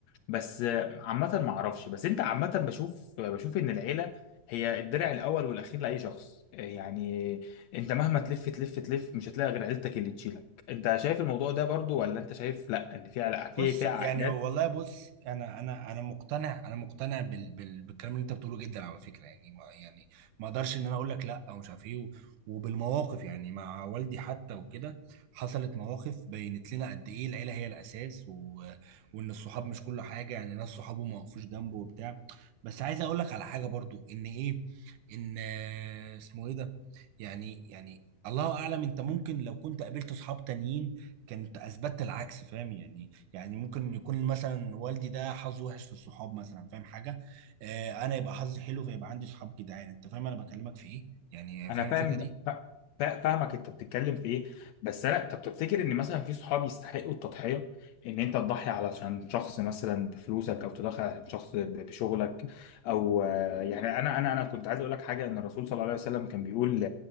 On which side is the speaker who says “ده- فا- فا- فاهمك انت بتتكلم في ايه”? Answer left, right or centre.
Left